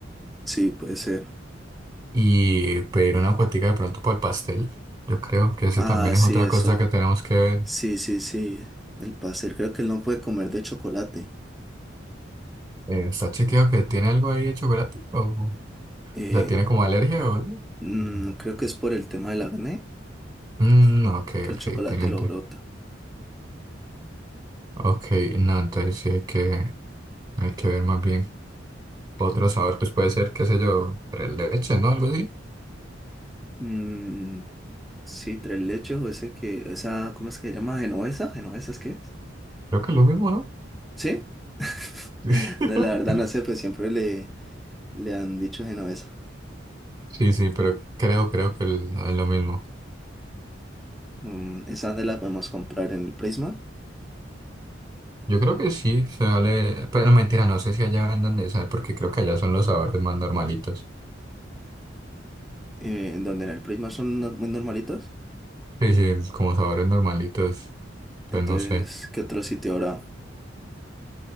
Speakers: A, in the centre; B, on the right (about 25°).
A: Sí, puede ser.
B: Y pedir una cuatica de pronto para el pastel. Yo creo que ese
A: Ah,
B: también es
A: sí,
B: otra
A: eso.
B: cosa que tenemos que ver.
A: Sí, sí, sí, el pastel, creo que él no puede comer de chocolate.
B: Eh, ¿está chequeado que tiene algo ahí de chocolate? ¿O, o
A: Eh,
B: sea, tiene como alergia o algo?
A: mm, creo que es por el tema del acné
B: Mm, no, ok,
A: que el
B: ok,
A: chocolate
B: tiene.
A: lo brota.
B: Ok, no, entonces sí hay que, hay que ver más bien otro sabor, pues puede ser, qué sé yo, tres leche, ¿no? Algo así.
A: Mm, sí, tres leches o ese que, esa, ¿cómo es que se llama? ¿Genovesa? ¿Genovesa es qué es?
B: Creo que es lo mismo, ¿no?
A: ¿Sí?
B: <laughs>
A: <laughs> De la verdad no sé, pues siempre le, le han dicho genovesa.
B: Sí, sí, pero creo, creo que el- es lo mismo.
A: Mm, esa de la podemos comprar en el Prisma,
B: Yo creo que sí, se vale, pero no, mentira, no sé si allá vendan de esa, porque creo que allá son los sabores más normalitos.
A: eh, en donde en el Prisma son no- muy normalitos.
B: Sí, sí, es como sabores normalitos, pues
A: Entonces,
B: no sé.
A: ¿qué otro sitio habrá?